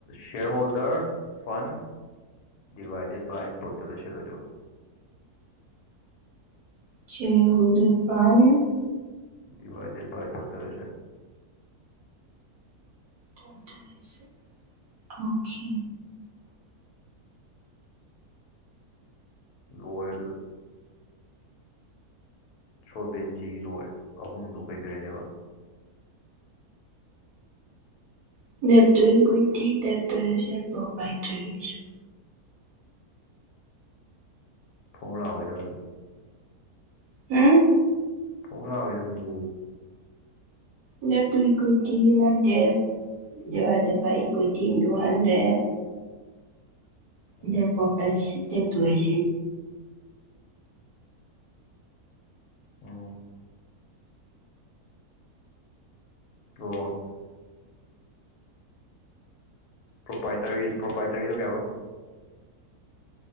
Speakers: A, on the left; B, on the right.
A: shareholder fund divided by total asset ꯑꯣꯏꯗ‌ꯣꯏꯕ
B: <unintelligible>
A: divided by total asset
B: total asset okay
A: ꯂꯣꯏꯔꯦ ꯑꯗꯨꯗ ꯁꯣꯜꯕꯦꯟꯁꯤ ꯂꯣꯏ ꯑꯍꯨꯝꯗꯣ ꯀꯩꯀꯩꯅꯦꯕ
B: <unintelligible>
A: formula ꯃꯩꯗ‌ꯣ ꯍꯥꯔꯣ
B: ꯍꯨꯝ
A: formula ꯒꯩꯗꯣ ꯍꯥꯏꯔꯣ
B: debt to equity divided divided by equity into hundred <unintelligible>
A: ꯎꯝ ꯎꯝ ꯑꯣ proprietor ꯄ꯭ꯔꯣꯄꯥꯏꯇꯔꯤꯗꯣ ꯀꯩꯍꯥꯏꯕ